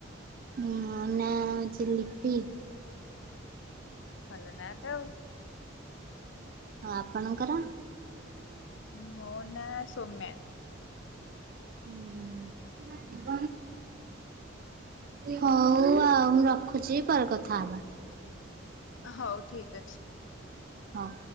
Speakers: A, on the right (about 45°); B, on the left (about 70°).
A: ମୋ ନାଁ ହଉଛି ଲିପି।
B: ଭଲ ନାଁ ଟା ଆଉ।
A: ଆଉ ଆପଣଙ୍କର?
B: ମୋ ନା ସୌମ୍ୟା।
A: ଉହୁଁ ହଉ ଆଉ ମୁଁ ରଖୁଛି ପରେ କଥା ହବା।
B: ହଉ ଠିକ୍ ଅଛି।
A: ହଁ।